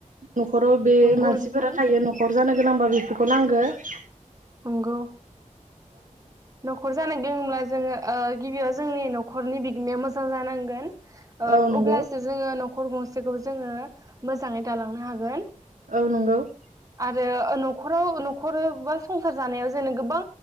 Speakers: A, on the right; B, on the right.
A: न'खराव बे
B: नंगौ
A: मानसिफोरा
B: नोंथां
A: थायो न'खर जानो गोनांबा बेफोरखौ नांगो ।
B: नंगौ न'खर जानायदोंब्ला जोङो ओ गिबियाव जोंनि न'खरनि बिगोमाया मोजां जानांगोन । ओ
A: औ नंगौ
B: अब्लासो जोङो न'ख खर गंसेखौ जोङो मोजाङै दालांनो हागोन ।
A: औ नंगौ ।
B: आरो ओ न'खराव न'खर बा संसार जानायाव जोंनो गोबां